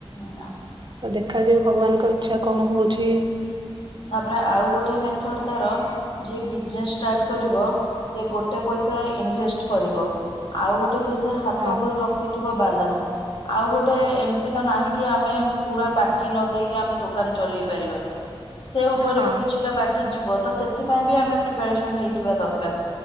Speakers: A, on the left; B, on the right.
A: ନା।
B: ତ ଦେଖାଯାଉ ଭଗବାନଙ୍କ ଇଚ୍ଛା କଣ ହଉଛି?
A: ତାପରେ ଆଉ ଗୋଟେ ମେଥଡ ତାର ଯିଏ ବିଜନେସ ଷ୍ଟାର୍ଟ କରିବ ସେ ଗୋଟେ ପଇସା ଇନଭେଷ୍ଟ କରିବ ଆଉ ଗୋଟେ ପଇସା ହାତ
B: ହଁ
A: ଉପରେ ରଖିଥିବା ବାଲାନ୍ସ। ଆଉ ଗୋଟେ ଏମତି ତ ନାହିଁ କି ଆମେ ପୁରା ବାକି ନ ଦେଇକି ଆମେ ଦୋକାନ ଚଲେଇ ପାରିବା। ସେ ଉପରେ
B: ହଁ।
A: ବି କିଛିଟା ବାକି ଯିବ ତ ସେଥିପାଇଁ ବି ଆମେ ପ୍ରିପାରେସନ ହେଇଥିବା ଦରକାର।